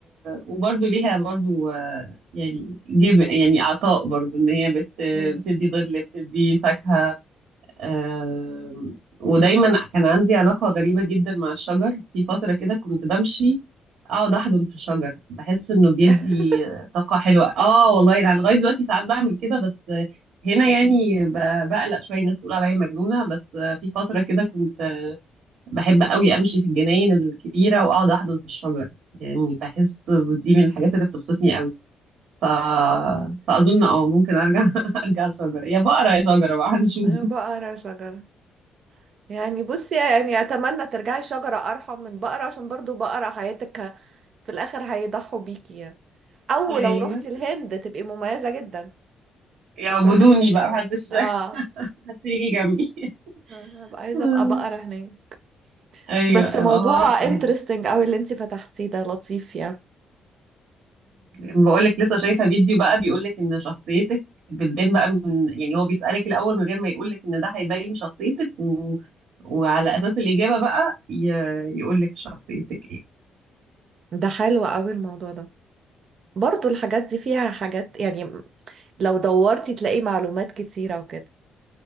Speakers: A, on the right; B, on the right.
A: وبرضه ليها برضه آه، يعني جيب يعني عطاء برضه ان هي بت...
B: مم.
A: بتدي ظل بتدي فاكهة آم، ودايما كان عندي علاقة غريبة جدا مع الشجر في فترة كده كنت بمشي اقعد احضن في الشجر بحس انه بيدي
B: <laughs>
A: طاقة حلوة اه والله انا يعني لغاية دلوقتي ساعات بعمل كده بس هنا يعني ب- بقلق شوية الناس تقول عليا مجنونة بس في فترة كده كنت بحب قوي امشي في الجناين الكبيره واقعد احضن في الشجر يعني بحس دي من الحاجات اللي بتبسطني قوي ف... فاظن اه ممكن ارجع <laughs> ارجع شجره يا بقره يا شجره بقى هنشوف
B: انا بقرا شجره يعني بصي يعني اتمنى ترجعي شجرة ارحم من بقرة عشان برضو بقرة حياتك ه- في الاخر هيضحوا بيكي يعني او
A: ايوه
B: لو رحتي الهند تبقي مميزة جدا
A: يعبدوني
B: تروحي الهند
A: بقى
B: بقى
A: محدش <laughs>
B: اه
A: محدش يجي جنبي
B: آه، هبقى عايزة
A: آه،
B: ابقى بقرة هناك
A: ايوه
B: بس
A: ابقى
B: موضوع
A: بعرف الهدي
B: انترستنج قوي اللي انتي فتحتيه ده لطيف يعني
A: بقول لك لسه شايفه فيديو بقى بيقول لك ان شخصيتك بتبان بقى من يعني هو بيسألك الاول من غير ما يقول لك ان ده هيبين شخصيتك و... وعلى اساس الاجابه بقى ي... يقول لك شخصيتك
B: ده حلو قوي الموضوع ده برضو الحاجات دي فيها حاجات يعني لو دورتي تلاقي معلومات كتيرة وكده